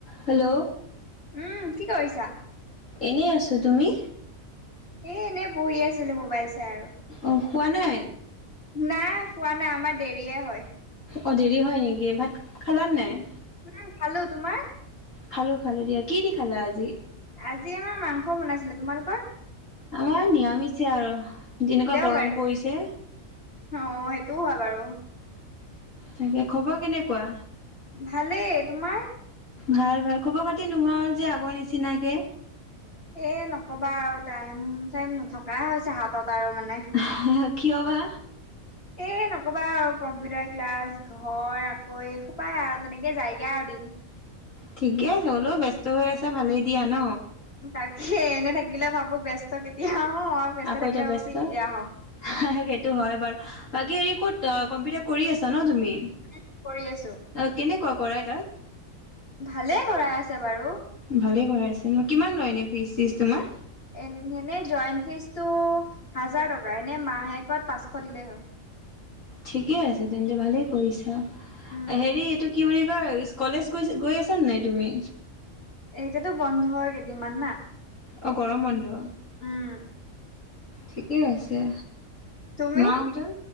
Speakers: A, on the left; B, on the left.
A: Hello?
B: উম' কি কৰিছা?
A: এনেই আছো তুমি?
B: এ এনে বহি আছিলো মোবাইল চাই আৰু।
A: অঁ শুৱা নাই?
B: নাই শুৱা নাই আমাৰ দেৰিয়ে হয়।
A: অঁ দেৰি হয় নেকি, ভাত খালান নাই?
B: অ' খালো তোমাৰ?
A: খালো খালো দিয়া, কি দি খালা আজি?
B: আজি আমাৰ মাংস বনাইছিলে, তোমালোকৰ?
A: আমাৰ নিৰামিছে আৰু, যেনেকুৱা
B: দেওবাৰে
A: গৰম পৰিছে।
B: অ' সেইটোও হয় বাৰু।
A: তাকে খবৰ কেনেকুৱা?
B: ভালেই তোমাৰ?
A: ভাল ভাল খবৰ খাটি নোহোৱা হ'ল যে আগৰ নিচিনাকে?
B: এ নকবা আৰু টাইম চাইম নথকা হৈছে হাতত আৰু মানে।
A: হা কিয় বা?
B: <unintelligible> এই নক'বা আৰু কম্পিউটাৰ ক্লাছ ঘৰ আকৌ এই খোপায় আৰু তেনেকে যায়গে আৰু দিন।
A: ঠিকে আছে হ'লেও ব্যস্ত হৈ আছা ভালেই দিয়া ন।
B: তাকে এনে থাকিলে ভাবো ব্যস্ত কেতিয়া হও আৰু ব্যস্ত
A: আকৌ
B: থাকিলে
A: এতিয়া
B: ভাবো
A: ব্যস্ত
B: ফ্ৰী কেতিয়া হম।
A: সেইটো হয় বাৰু বাকী হেৰি ক'ত কম্পিউটাৰ কৰি আছা ন তুমি।
B: উম কৰি আছোঁ।
A: অ কেনেকুৱা কৰাই তাত।
B: ভালেই কৰাই আছে বাৰু।
A: ভালেই কৰাইছে ন কিমান লয় এনে ফিজ চিজ তোমাৰ।
B: এ এনেই জইণ্ট ফিজটো হাজাৰ টকা এনেই মাহেকত পাঁচশ দিলেই হয়।
A: ঠিকে আছে তেন্তে ভালেই কৰিছা
B: উম
A: হেৰি এইটো কি বুলি। কই কলেজ গৈ গৈ আছা নে নাই তুমি।
B: এতিয়াতো বন্ধ কেইদিনমান না।
A: অ গৰম বন্ধ
B: উম
A: ঠিকেই আছে।
B: তুমি?
A: মা হতৰ